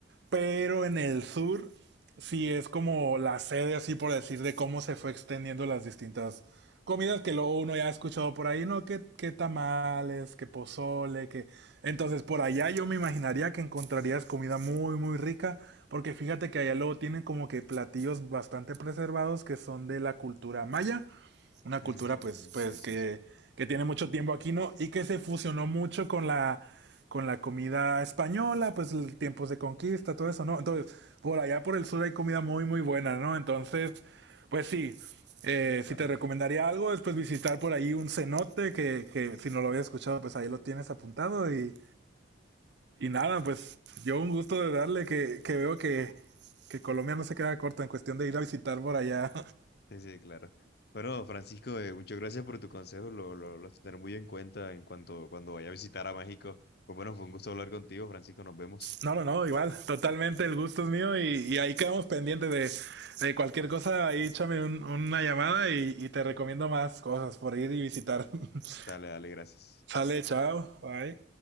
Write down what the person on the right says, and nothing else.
Pero en el sur sí es como la sede, así por decir, de cómo se fue extendiendo las distintas comidas que luego uno ya ha escuchado por ahí, ¿no? Que, que tamales, que pozole, que... Entonces por allá yo me imaginaría que encontrarías comida muy, muy rica, porque fíjate que allá luego tienen como que platillos bastante preservados que son de la cultura maya una
cultura pues, pues
que,
que tiene mucho tiempo aquí, ¿no? Y que se fusionó mucho con la, con la comida española, pues el- tiempos de conquista, todo eso, ¿no? Entonces, por allá por el sur hay comida muy, muy buena, ¿no? Entonces, pues sí, eh,
si te recomendaría algo, es pues visitar por ahí un cenote, que, que si no lo habías escuchado, pues ahí lo tienes apuntado y, y nada, pues yo un gusto de darle que, que veo que, que Colombia no se queda corta en cuestión de ir a visitar por allá.
No, no, no, igual, totalmente el gusto es mío y, y ahí quedamos pendientes de, de cualquier cosa, ahí échame un- una llamada y, y te recomiendo más cosas por ir y visitar. <laughs>
Sale, chao, bye.